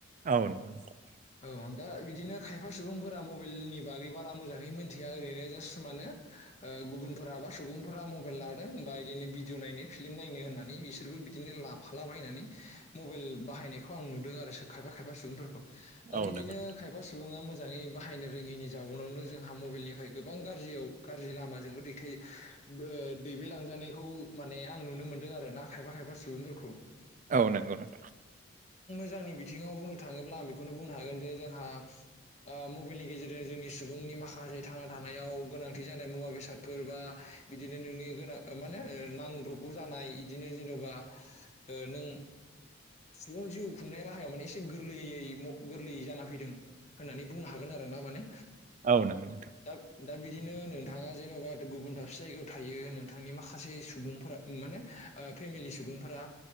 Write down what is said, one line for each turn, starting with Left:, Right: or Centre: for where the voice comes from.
Right: औ नंगौ नोंथांं
Left: औ दा बिदिनो खायफा सुबुंफोरा मबाइलनि बागै बारा मोजाङै मिथिया ओरैनो जास्ट मानो ओ गुबुनफोरा बा सुबुंफोरा मबाइल लादों बा बिदिनो भिडिअ नायनो फिल्म नायनो होन्नानै बिसोरबो बिदिनो लाफाला बायनानै मबाइल बाहायनायखौ आं नुदों आरो खायफा खायफा सुबुंफोरखौ दा
Right: औ
Left: बिदिनो
Right: नंगौ
Left: खायफा सुबुङा मोजाङै बाहायनो रोङिनि जाउनावनो जोंहा मबाइलनिफ्राय गोबां गाज्रियाव गाज्रि लामाजोंबो दैथाय ओ दैबायलांजानायखौ माने आं नुनो मोन्दों आरो ना खायफा खायफा सुबुंफोरखौ
Right: औ नंगौ नोंथां
Left: जांनि बिथिङाव बुंनो थाङोब्ला आं बेखौनो बुंनो हागोन जे जोंहा ओ मबाइलनि गेजेरजों जोंनि सुबुंनि माखासे थांना थानायाव गोनांथि जानाय मुवा बेसादफोर बा बिदिनो नोंनि गोनां माने नांब्रबगौ जानाय बिदिनो जेन'बा नों सुबुं जिउ खुंनाय राहायाव माने एसे गोरलैयै गोरलै जाना फैदों होननानै बुंनो हागोन आरो ना माने।
Right: औ नोंगौ।
Left: दा दा बिदिनो नोंथाङा जेन'बा गुबुन दाबसे जायगायाव थायो नोंथांनि माखासे सुबुंफोरा माने फेमिलि सुबुंफोरा